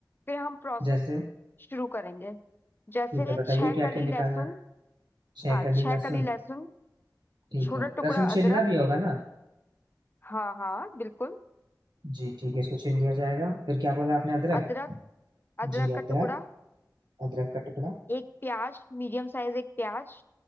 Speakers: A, on the left; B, on the right.
A: फिर हम प्रोसेस
B: जैसे
A: शुरू करेंगे जैसे
B: ठीक है बताइए
A: छह
B: क्या
A: कली
B: क्या निकालना
A: लहसुन
B: है छह
A: हाँ
B: कली
A: छह
B: लहसुन
A: कली लहसुन
B: ठीक
A: छोटा
B: है लहसुन
A: टुकड़ा अदरक
B: छीलना भी होगा ना
A: हाँ हाँ बिल्कुल
B: जी ठीक है इसको छील लिया जाएगा फिर क्या बोला आपने अदरक
A: अदरक अदरक
B: जी
A: का
B: अदरक
A: टुकड़ा
B: अदरक का टुकड़ा
A: एक प्याज मीडियम साइज एक प्याज